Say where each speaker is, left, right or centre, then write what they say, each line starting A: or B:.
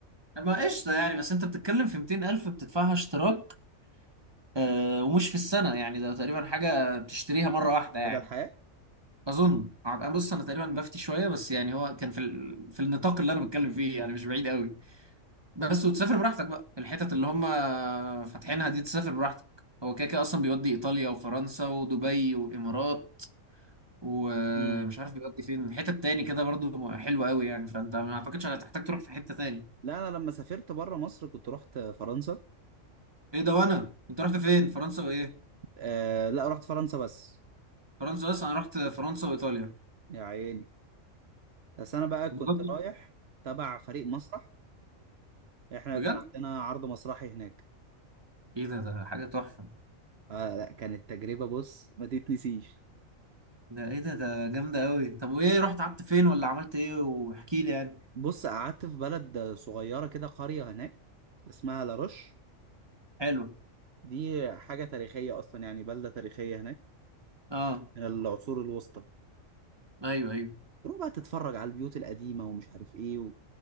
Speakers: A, on the right (about 20°); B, on the right (about 55°).
A: ما قشطة يعني بس انت بتتكلم في 200 ألف بتدفعها اشتراك آه ومش في السنة يعني ده تقريبا حاجة بتشتريها مرة واحدة
B: بدل
A: يعني
B: حياة
A: أظن أنا بص أنا تقريبا بفتي شوية بس يعني هو كان في ال... في النطاق اللي أنا بتكلم فيه يعني مش بعيد قوي بس
B: طب
A: وتسافر براحتك بقى الحتت اللي هم فاتحينها دي تسافر براحتك هو كده كده أصلا بيودي إيطاليا وفرنسا ودبي وإمارات ومش
B: امم
A: عارف بيودي فين حتت تاني كده برضو حلوة قوي يعني فأنت ما أعتقدش هتحتاج تروح في حتة تاني
B: لا انا لما سافرت بره مصر كنت رحت فرنسا
A: إيه ده وأنا أنت رحت فين فرنسا وإيه
B: آه لا رحت فرنسا بس
A: فرنسا بس انا رحت فرنسا وايطاليا
B: يا عيني بس انا بقى كنت
A: بجد
B: رايح تبع فريق مسرح احنا
A: بجد؟
B: كان عندنا عرض مسرحي هناك
A: ايه ده ده حاجه تحفه
B: اه لا كانت تجربة بص ما تتنسيش
A: ده ايه ده ده جامده قوي طب وايه رحت قعدت فين ولا عملت ايه واحكي لي يعني
B: بص قعدت في بلد صغيرة كده قرية هناك اسمها لاروش
A: حلو
B: دي حاجة تاريخية أصلا يعني بلدة تاريخية هناك
A: اه
B: من العصور الوسطى
A: ايوه ايوه
B: تروح بقى تتفرج على البيوت القديمة ومش عارف إيه